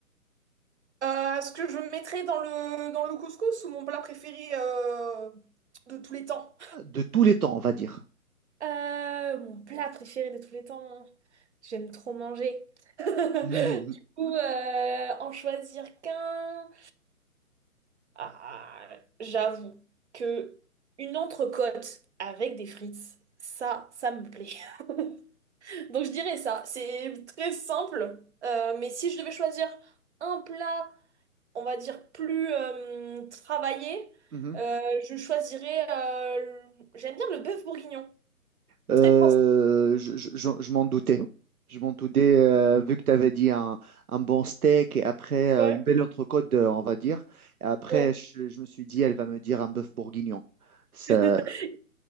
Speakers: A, on the right (about 50°); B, on the right (about 80°).
A: Euh, ce que je mettrais dans le, dans le couscous ou mon plat préféré euh, de tous les temps?
B: De tous les temps, on va dire.
A: Euh, mon plat préféré de tous les temps. J'aime trop manger. <laughs>
B: <laughs> Mhm,
A: Ou euh, en choisir qu'un. Ah, j'avoue que une entrecôte avec des frites, ça, ça me plaît. <laughs> Donc je dirais ça. C'est très simple. Euh, mais si je devais choisir un plat on va dire, plus euh, travaillée,
B: mhm.
A: euh, je choisirais. euh, le- J'aime bien le bœuf bourguignon.
B: Euh,
A: Très français.
B: je je- je- je m'en doutais. Je m'en doutais, euh, vu que tu avais dit un, un bon steak et après euh,
A: Ouais,
B: une belle entrecôte, euh, on va dire. Et après,
A: ouais.
B: je, je me suis dit, elle va me dire un bœuf bourguignon. ça
A: <laughs>